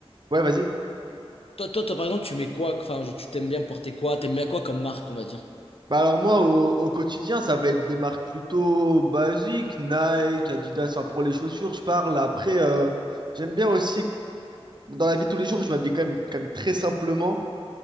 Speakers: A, on the right (about 45°); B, on the left (about 65°).
A: Ouais, vas-y.
B: toi, toi, toi, par exemple, tu mets quoi? Enfin, je- tu t'aimes bien porter quoi? T'aimes bien quoi comme marque, on va dire?
A: Bah alors moi, au, au quotidien, ça va être des marques plutôt basiques, Nike, Adidas, enfin pour les chaussures, je parle. Après, euh, j'aime bien aussi, dans la vie de tous les jours, je m'habille quand même, quand même très simplement.